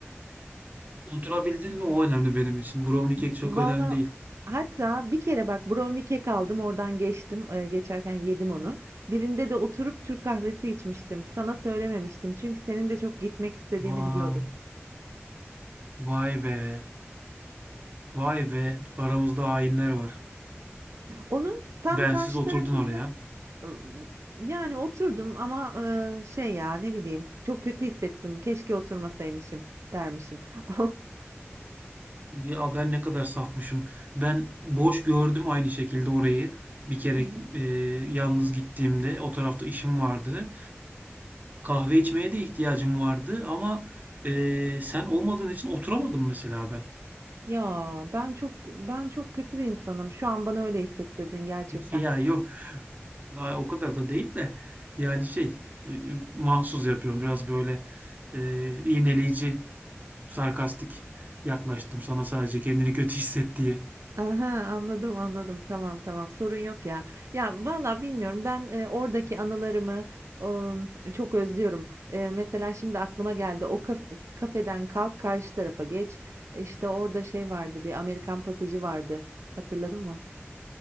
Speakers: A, on the right (about 40°); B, on the right (about 80°).
A: Oturabildin mi? O önemli benim için. Brownie kek çok
B: Valla
A: önemli değil.
B: hatta bir kere bak brownie kek aldım oradan geçtim. e, geçerken yedim onu. Birinde de oturup Türk kahvesi içmiştim. Sana söylememiştim. Çünkü senin de çok gitmek istediğini
A: Vay,
B: biliyordum.
A: vay be. Vay be. Aramızda hainler var.
B: Onun tam
A: Bensiz
B: karşı
A: oturdun
B: tarafında
A: oraya.
B: Imm, yani oturdum ama, ııı, şey ya, ne bileyim, çok kötü hissettim. Keşke oturmasaymışım dermişim. <laughs>
A: Ya ben ne kadar safmışım. Ben boş gördüm aynı şekilde orayı. Bir kere
B: Hı hı.
A: e, yalnız gittiğimde o tarafta işim vardı. Kahve içmeye de ihtiyacım vardı ama e, sen olmadığın için oturamadım mesela ben.
B: Ya, ben çok ben çok kötü bir insanım. Şu an bana öyle hissettirdin gerçekten.
A: Ya yok Ay, o kadar da değil de yani şey e, e, mahsus yapıyorum biraz böyle e, iğneleyici sarkastik yaklaştım sana sadece kendini kötü hisset diye.
B: Aha, anladım anladım. Tamam tamam. Sorun yok ya. Ya valla bilmiyorum. Ben e, oradaki anılarımı ım, çok özlüyorum. E, mesela şimdi aklıma geldi. O kaf- kafeden kalk karşı tarafa geç. İşte orada şey vardı. Bir Amerikan pasajı vardı. Hatırladın mı?